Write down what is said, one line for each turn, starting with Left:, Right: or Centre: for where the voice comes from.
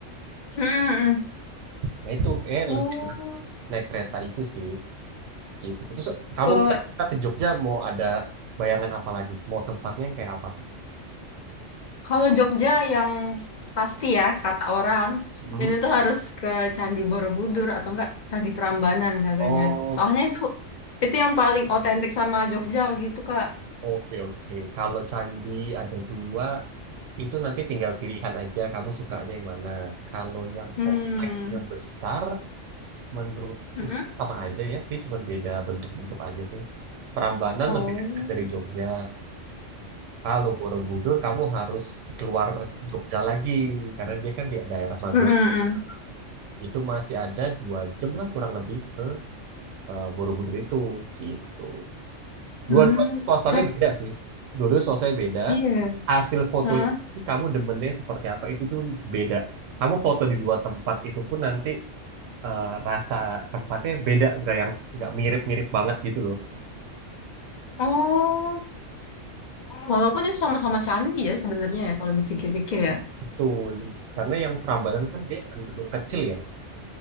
Left: Mm-mm.
Right: Nah, itu eh
Left: Oh,
Right: lebih enak naik kereta itu sih. Gitu. Terus kamu
Left: ke
Right: kira-kira ke Jogja mau ada bayangan apa lagi? Mau tempatnya kayak apa?
Left: Kalau Jogja yang pasti ya kata orang
Right: Hmm?
Left: ini tuh harus ke Candi Borobudur atau enggak Candi Prambanan katanya.
Right: Oh,
Left: Soalnya itu itu yang paling otentik sama Jogja gitu Kak.
Right: Oke, oke. Kalau candi ada dua, itu nanti tinggal pilihan aja kamu sukanya yang mana. Kalau yang
Left: Hmm.
Right: kompleksnya besar, menurut
Left: Mm-mm.
Right: eh, sama aja ya. Dia cuma beda bentuk-bentuk aja sih. Prambanan
Left: Oh.
Right: lebih dekat dari Jogja. Kalau Borobudur, kamu harus keluar Jogja lagi. Karena dia kan di daerah Magelang.
Left: Mm-mm-mm.
Right: Itu masih ada dua jam lah kurang lebih ke eh, Borobudur itu. Gitu.
Left: Hmm.
Right: Dua-dua suasananya
Left: Tapi
Right: beda sih. Dua-dua suasananya beda.
Left: iya.
Right: Hasil foto
Left: Mm-mm.
Right: itu kamu demennya seperti apa itu tuh beda. Kamu foto di dua tempat itu pun nanti eh, rasa tempatnya beda, nggak yang nggak mirip-mirip banget gitu loh.
Left: Oh. Walaupun itu sama-sama candi ya sebenarnya ya kalau dipikir-pikir ya.
Right: Betul. Karena yang Prambanan kan dia cenderung kecil ya.